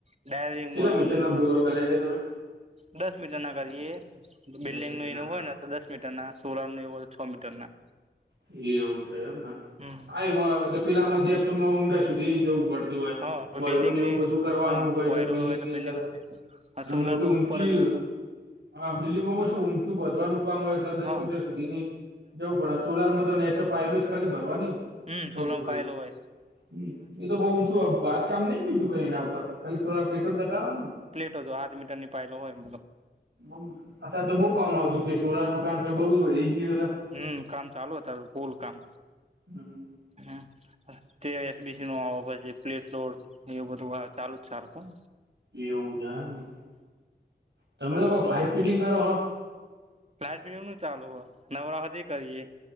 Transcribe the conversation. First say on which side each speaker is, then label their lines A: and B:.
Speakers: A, on the right; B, on the right.
A: ડાયરી
B: કેટલા મીટર ના
A: કરુ.
B: બોરલ કર્યા છે તમે
A: દસ મીટર ના કરી, બિલ્ડિંગ
B: દસ મીટર
A: નું એનું
B: ના કરો
A: હોય ને, તો દસ મીટર ના સોલનું એવું તો, છ મીટર ના.
B: એ એવું છે, એમને
A: હમ
B: આ એટલે પેલા માધ્યમાં ઊંડા સુધી જવું પડતું.
A: હા
B: હોય
A: બિલ્ડિંગ
B: ને, એવું
A: ની
B: બધું કરવાનું
A: હા
B: હોય,
A: પોયરું
B: એટલે બિલ્ડિંગની
A: હોય બિલ્ડિંગ
B: અંદર
A: બના
B: અને
A: સોલર
B: મોટી
A: તો
B: ઊંચી
A: ઉપર જ હોય એટલે
B: હા, બિલ્ડિંગોમાં શું ઊંચું વધવાનું કામ હોય, એટલે દસ
A: હા
B: મીટર સુધીની જવું પડે. તો નેચે પાયે જ ખાલી ભરવાની ને.
A: હમ,
B: થોડી
A: સોલોમ
B: થોડી
A: પાય લે હોઈ.
B: હમ, એ તો બઉુ ઊંચું બાંધકામ નઈ, બીજું કઈ એના ઉપર ખાલી સોડા પ્લેટો જ લગાવવા ને.
A: પ્લેટ જો હાથ મીટર નીપાયેલો હોય મ.
B: મ અથા તો બઉુ કામ આવતું કે, સોલાર નું કારણ કે બઉુ જટ.
A: હમ, કામ ચાલુ હતા, બૂલ કામ.
B: હમ.
A: હા. તે તે આઈ એસીડીસી નો અભાવ છે પ્લે સ્ટોર ને એવું બધું આ ચાલુ છે ને
B: એવું જાય એમને. તમે લોકો લાઈટ ફિટિંગ કરો હો?
A: લાઈટ ફીટીંગનું ચાલુ હ. નવરા હે તે એ કરીએ.